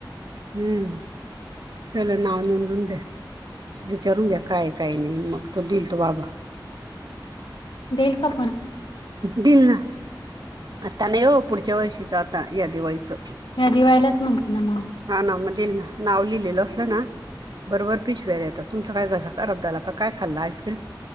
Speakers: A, on the right (about 60°); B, on the left (about 85°).
A: हम्म त्याला नाव नोंदून द्या विचारू द्या काय काही नाही मग तो दिल तो बाबा
B: देईल का पण
A: दिल ना आता नाही हो पुढच्या वर्षीच आता या दिवाळीचं
B: या दिवाळीलाच म्हणते ना मग
A: हा ना मजील ना नाव लिहिलेलं असलं ना बरोबर पिशव्यार येत तुमचा काय घसा अरबदा झाला काय खाल्ला आईस्क्रीम